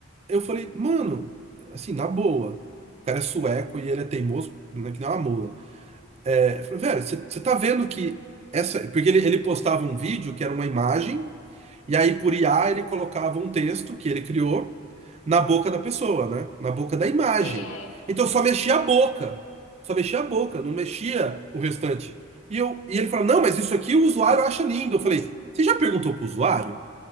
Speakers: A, on the right; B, on the left.
A: eu falei, mano, assim, na boa, o cara é sueco e ele é teimoso, né, que nem uma mula. É, eu falei, velho, você tá vendo que essa. Porque ele, ele postava um vídeo que era uma imagem. E aí, por IA, ele colocava um texto que ele criou na boca da pessoa, né? Na boca da imagem.
B: Você é
A: Então,
B: tipo
A: só mexia
B: feio.
A: a boca. Só mexia a boca, não mexia o restante. E, eu, e ele falou: Não, mas isso aqui o usuário acha lindo. Eu falei: Você já perguntou pro usuário?